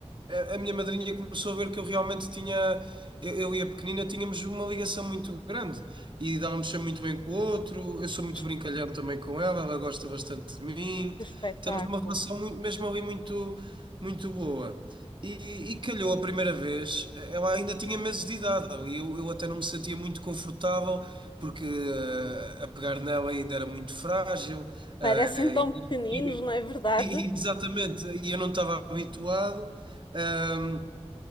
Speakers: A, on the right; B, on the left.
A: a, a minha madrinha começou a ver que eu realmente tinha. Eu, eu e a pequenina tínhamos uma ligação muito grande e dávamos sempre muito bem com o outro. Eu
B: que
A: sou muito
B: es-
A: brincalhão também com ela, ela gosta bastante de mim.
B: que espetáculo.
A: Temos uma relação muito, mesmo ali muito, muito boa. E, e calhou a primeira vez, ela ainda tinha meses de idade e eu, eu até não me sentia muito confortável porque eh, a pegar nela ainda era muito frágil,
B: Parecem
A: eh,
B: tão pequeninos,
A: e- e-
B: não é verdade?
A: e- exatamente, e eu não estava habituado. ehm,